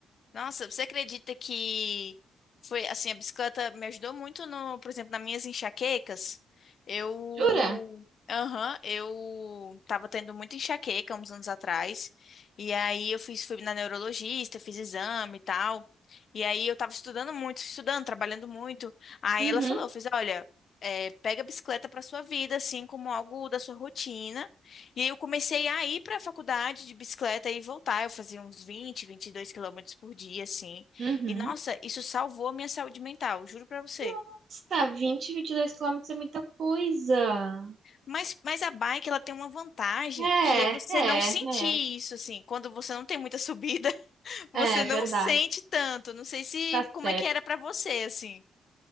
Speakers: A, on the left; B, on the right.
A: Nossa, você acredita que foi assim, a bicicleta me ajudou muito no, por exemplo, nas minhas enxaquecas. Eu,
B: Jura?
A: aham, eu tava tendo muita enxaqueca uns anos atrás. E aí eu fiz fui na neurologista, fiz exame e tal. E aí eu tava estudando muito, estudando, trabalhando muito. Aí
B: Uhum,
A: ela falou, eu fiz, olha, é, pega a bicicleta pra sua vida, assim como algo da sua rotina. E aí eu comecei a ir para a faculdade de bicicleta e voltar. Eu fazia uns vinte vinte e dois quilômetros por dia, assim.
B: uhum.
A: E nossa, isso salvou a minha saúde mental, juro para você.
B: Nossa, vinte, vinte e dois quilômetros é muita coisa.
A: Mas, mas a bike, ela tem uma vantagem
B: É,
A: que é você
B: é,
A: não sentir
B: é,
A: isso, assim. Quando você não tem muita subida, <laughs>
B: é
A: você
B: verdade,
A: não sente tanto. Não sei se
B: tá
A: como
B: certo.
A: é que era para você, assim.